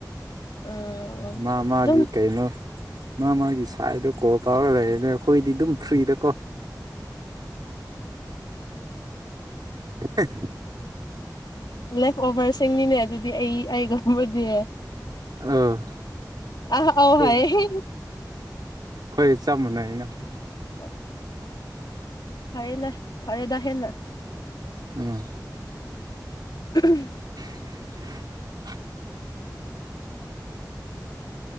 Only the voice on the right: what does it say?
ꯃꯥ ꯃꯥꯒꯤ
ꯀꯩꯅꯣ ꯃꯥ ꯃꯥꯒꯤ ꯁꯥꯏꯗꯣ ꯀꯣ ꯇꯧꯔꯒ ꯂꯩꯔꯦꯅꯦ ꯑꯩꯈꯣꯏꯗꯤ ꯑꯗꯨꯝ ꯐ꯭ꯔꯤꯗꯀꯣ <inaudible>
ꯑꯥ
ꯍꯣꯏ
ꯍꯣꯏ ꯆꯞ ꯃꯥꯟꯅꯩ ꯑꯩꯅ
ꯎꯝ
<inaudible>